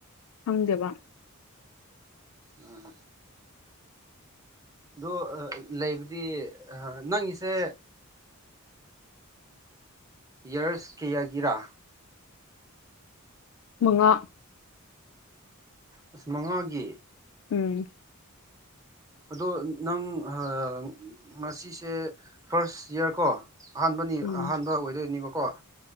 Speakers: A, on the left (about 70°); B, on the right (about 15°).
A: ꯈꯪꯗꯕ
B: ꯎꯝ ꯗꯣ ꯂꯩꯕꯗꯤ ꯑ ꯅꯪꯒꯤꯁꯦ ꯌꯔꯁ ꯀꯌꯥꯒꯤꯔꯥ
A: ꯃꯉꯥ
B: ꯑꯁ ꯃꯉꯥꯒꯤ
A: ꯎꯝ
B: ꯑꯗꯣ ꯅꯪ ꯍꯥ ꯉꯁꯤꯁꯦ ꯐꯥꯔꯁ ꯏꯌꯥꯔ ꯀꯣ ꯑꯍꯥꯟꯕꯅꯤ
A: ꯎꯝ
B: ꯑꯍꯥꯟꯕ ꯑꯣꯏꯗꯣꯏꯅꯦꯕꯀꯣ